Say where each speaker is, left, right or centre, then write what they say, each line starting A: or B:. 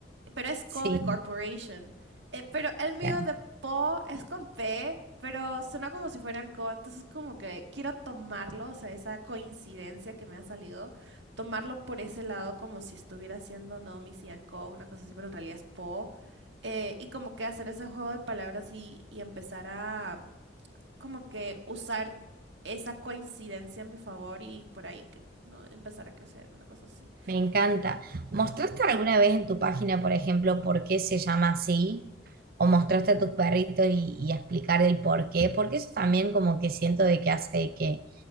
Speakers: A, on the right; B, on the right.
A: pero es Co
B: Sí,
A: de Corporation. Eh, pero el mío
B: claro.
A: de Po es con P, pero suena como si fueran Co, entonces como que quiero tomarlo, o sea, esa coincidencia que me ha salido, tomarlo por ese lado como si estuviera haciendo Naomi Sian Co, una cosa así, pero en realidad es Po. eh, y como que hacer ese juego de palabras y, y empezar a como que usar esa coincidencia a mi favor y por ahí cre- ¿no? empezar a crecer, una cosa así.
B: Me encanta. ¿Mostraste alguna vez en tu página, por ejemplo, por qué se llama así? ¿O mostraste a tus perritos y, y explicar el por qué? Porque eso también como que siento de que hace que